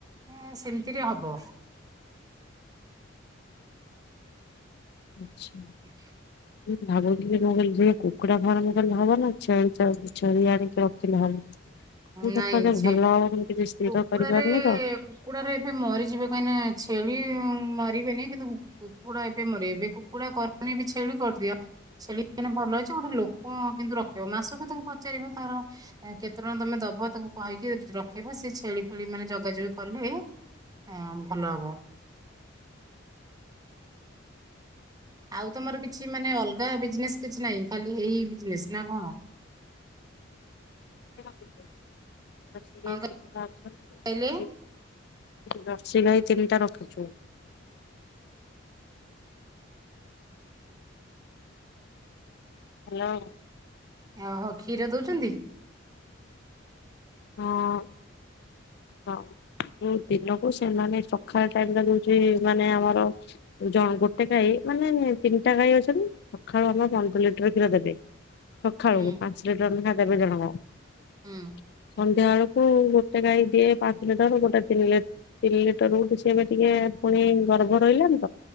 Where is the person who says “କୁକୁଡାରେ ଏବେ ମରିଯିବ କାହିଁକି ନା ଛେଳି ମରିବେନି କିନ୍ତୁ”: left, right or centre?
Right